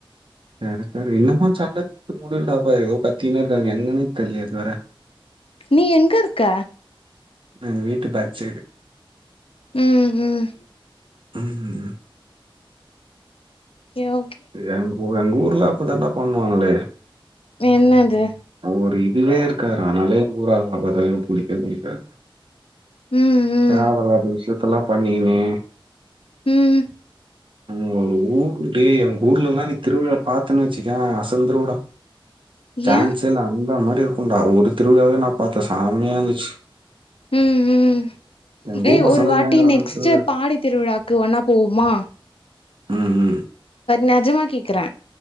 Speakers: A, on the right; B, on the left.
A: சரி சரி என்னமோ சண்ட <inaudible> முடியலடாப்பா ஏதோ கத்தீன்னே இருக்காங்க என்னன்னே தெரிலயே இதுவர
B: நீ எங்க இருக்க
A: எங்க வீட்டு பேக் சைடு
B: ம் ம்
A: ம் ம் ம்
B: கியோ
A: எங்க ஊ எங்க ஊர்ல அப்டிதாண்டா பண்ணுவாங்களே
B: என்னது
A: ஒரு இதுவே இருக்காதுரா அதனால எங்க ஊரு ஆளுங்கள பாரத்தாலே எனக்கு பிடிக்கவே பிடிக்காது
B: ம் ம்
A: தேவ இல்லாத விஷயத்தலா பண்ணிகின்னு
B: ம்
A: ஊ ஊரு டேய் எங்க ஊர்லல்லா நீ திருவிழா பாத்தன்னு வச்சுக்கோயே அசந்துருவடா சான்சே
B: ஏன்
A: இல்ல அந்த மாரி இருக்குன்டா ஒரு திருவிழாவே நா பாத்தே செமயா இருந்துச்சு
B: ம் ம்
A: எங்க
B: ஏய்
A: ஊர் பசங்கள
B: ஒரு வாட்டி
A: ஏங்குறானுங்க
B: நெக்ஸ்ட்
A: திருவிழா
B: பாடி திருவிழாக்கு ஒன்னா போவமா
A: ம் ம்
B: நெஜமா கேக்குறே